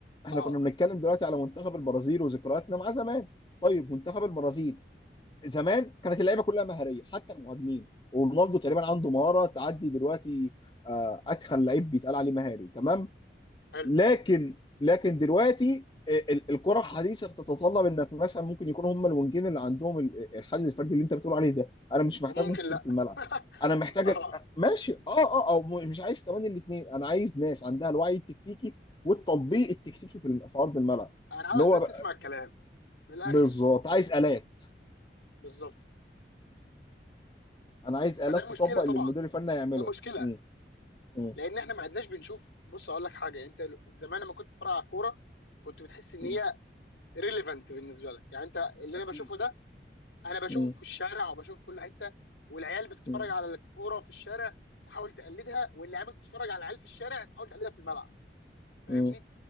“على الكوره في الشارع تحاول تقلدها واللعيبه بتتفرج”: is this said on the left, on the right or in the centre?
Left